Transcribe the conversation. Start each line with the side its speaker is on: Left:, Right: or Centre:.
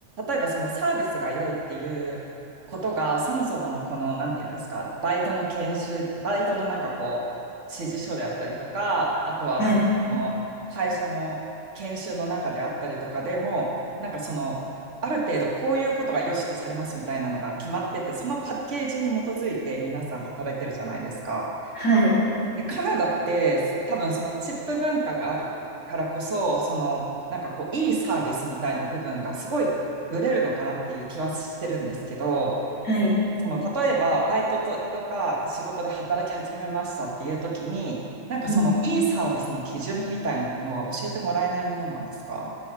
Right: 例えばそのサービスが良いっていうことがそもそものこの、なんていうんですか、バイトの研修、バイトのなんかこう、指示書であったりとか、あとはなんかその会社の研修の中であったりとかでも、
Left: はい。
Right: なんかその、ある程度こういうことが良しとされますみたいなのが決まってて、そのパッケージに基づいて皆さん働いてるじゃないですか。
Left: はい、
Right: で、カナダって多分そのチップ文化があるからこそ、そのなんかこういいサービスみたいな部分がすごいブレるのかなっていう気はしてるんですけど、
Left: はい。
Right: その例えばバイトと、とか仕事で働き始めましたっていう時に、なんかそのいいサービスの基準みたいなものは教えてもらえないものなんですか
Left: うん。